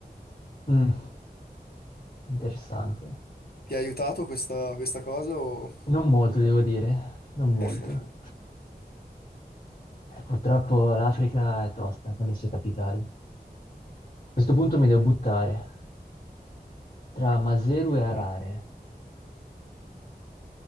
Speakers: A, on the left; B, on the left.
A: Mm, interessante.
B: Ti ha aiutato questa, questa cosa o...
A: Non molto, devo dire, non molto.
B: <laughs>
A: Eh, Purtroppo l'Africa è tosta con le sue capitali. questo punto mi devo buttare tra Maseru e Harare.